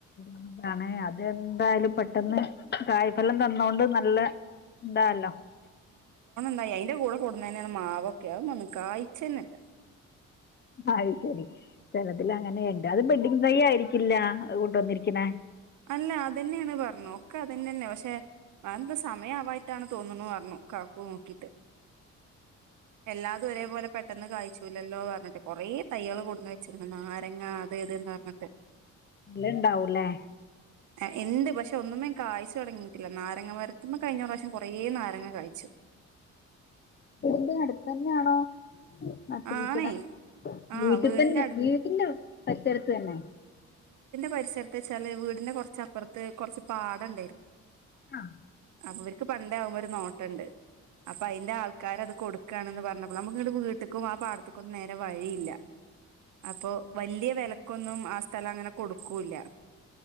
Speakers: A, on the left; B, on the right.
A: എന്താണ് അതെന്തായാലും പെട്ടെന്ന് കായ്ഫലം തന്ന എന്തൊണ്ടും നല്ല ന്താല്ലോ
B: അ അയിന്റെ കൂടെ കൂടുന്ന തന്നെയന്ന് മാവൊക്കെ ആവുമൊന്നും കായ്ച ന്നെല്ല
A: അ ശരി ചെലത്തിൽ അങ്ങനെ എല്ലാതും ബെഡ് തൈ ആയിരിക്കില്ല അത് കൊണ്ട് വന്നിരിക്കണേ
B: അല്ല അതന്നെയാണ് പറഞ്ഞു ഒക്കെ അതന്ന തന്നെ പക്ഷെ അത് എന്താ സമയം ആവായിട്ടാണ് തോന്നുണു പറഞ്ഞു കാകു നോക്കീട്ട് എല്ലാതും ഒരേപോലെ പെട്ടെന്ന് കഴ്ച്ചൂല്ലല്ലോ പറഞ്ഞിട്ട് കൊറെ തയ്യള് കൊടുന്നു വെച്ചരിക്ണ് നാരങ്ങ അത് ഇത് പറഞ്ഞിട്ട്
A: നല്ല ഇണ്ടാവൂല്ലേ
B: ആ ഉണ്ട് പക്ഷെ ഒന്നുമേ കാഴ്ച്ചു തുടങ്ങിയിട്ടില്ല നാരങ്ങ മരത്തുമ്മെ കഴിഞ്ഞ പ്രാവശ്യം കൊറെ നാരങ്ങ കായ്ച്ചു
A: ഇടിന്റെ അടുത്ത് തന്നെയാണോ നട്ടിരിക്കണ്
B: ആണേ ആ
A: വീട്ടിൽ
B: വീടിന്റെ
A: തന്നെ
B: അടു
A: വീട്ടന്റെ പരിസരത്ത് തന്നെ
B: പരിസരത്തു വെച്ചാല് വീടിന്റെ കുറച്ചപ്പുറത്ത് കുറച്ച് പാടണ്ടായിരുന്നു
A: ആഹ
B: അപ്പൊ ഇവർക്ക് പണ്ട ആകുമ്പോ ഒരു നോട്ടമുണ്ട് അപ്പൊ അതിന്റെ ആൾക്കാർ അത് കൊടുക്കാണെന്ന് പറഞ്ഞപ്പോ നമുക്ക് ഇ വീട്ട ആ പാടത്തക്കൊന്നും നേരെ വഴിയില്ല അപ്പോ വലിയ വില ആ സ്ഥലം അങ്ങനെ കൊടുക്കൂല്യ